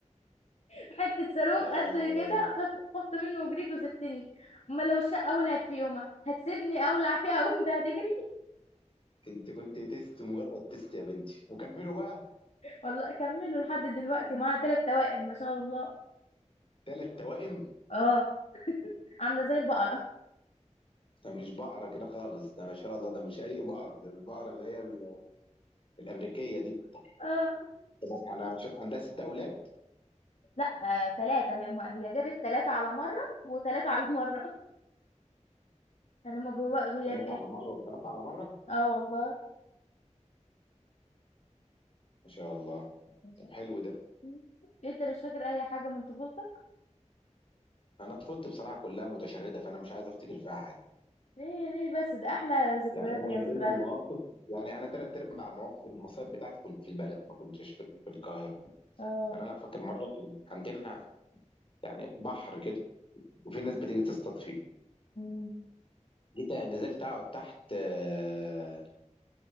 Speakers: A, on the left; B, on the left.
A: حتة صاروخ
B: آه
A: قد كده خف... خفت منه وجريت وسبتني ما لو الشقة ولعت في يومها هتسيبني اولع فيها وانت هتجري
B: انت كنت تيست مجرد تيست يا بنتي وكملوا بقى
A: <laughs> والله كملوا لحد دلوقتي معاها ثلاث توائم ما شاء الله
B: ثلاث توائم
A: اه عاملة زي البقرة <laughs>
B: ده مش بقرة كده خالص ده ما شاء الله ده مش أي بقرة ده البقرة اللي هي ال- الأمريكية دي
A: اه
B: طب أنا مش... عندها ست أولاد
A: لا آه، ثلاثة هي هما- هي جابت ثلاثة على مرة وثلاثة على مرة <laughs> يعني ما بو... هي
B: ثلاثة
A: بإيه
B: على مرة وثلاثة على مرة
A: اه والله
B: ما شاء الله
A: ما
B: طب
A: شاء
B: حلو ده
A: الله. انت مش فاكر اي حاجة من طفولتك
B: أنا طفولتي بصراحة كلها متشردة فأنا مش عايز أفتكر فيها حاجة
A: ليه ليه بس ده احلى ذكريات
B: يعني أنا
A: هي
B: من
A: ذكريات
B: ضمن المواقف يعني أنا ثلاث أرباع مواقف المصايب بتاعتي كنت في البلد ما كنتش في في القاهرة
A: اه
B: يعني أنا فاكر مرة كان عندنا يعني بحر كده وفي ناس بتيجي تصطاد فيه
A: اه
B: جيت نزلت أقعد تحت آه،